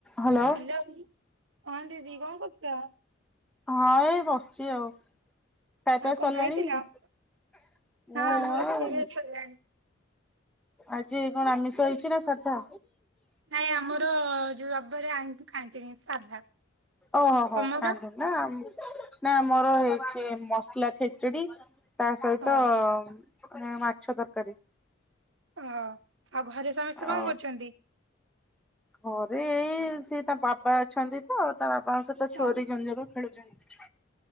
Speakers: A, in the centre; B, on the right (about 70°).
A: Hello.
B: Hello ହଁ ଦିଦି କଣ କରୁଚ?
A: ହଁ ଏଇ ବସିଛି ଆଉ। ଖାଇଆ ପିଆ
B: ଆଉ କଣ
A: ସରିଲାଣି?
B: ଖାଇଥିଲ? ହଁ ଆମର ଖିଆ ସରିଲାଣି।
A: ଆଜି କଣ ଆମିଷ ହେଇଛି ନା ସାଧା?
B: ନାଇଁ, ଆମର ଯୋଉ ରବାରେ ଆଇଁଷ ଖାଆନ୍ତିନି, ସାଧା।
A: ଓହୋ
B: ତମର?
A: ହୋ ଖାଆନ୍ତିନି। ନା ନା ଆମର ହେଇଛି ମସଲା ଖେଚୁଡି। ତା ସହିତ
B: ହଁ
A: ମାନେ ମାଛ ତରକାରୀ।
B: ଓ ଆଉ ଘରେ ସମସ୍ତେ
A: ଆଉ
B: କଣ କରୁଛନ୍ତି?
A: ଘରେ ଏଇ ସେ ତା ବାବା ଅଛନ୍ତି ତ ତା ବାବାଙ୍କ ସହିତ ଛୁଆ
B: ଓ
A: ଦିଜଣ ଯାକ। ଖେଳୁଛନ୍ତି।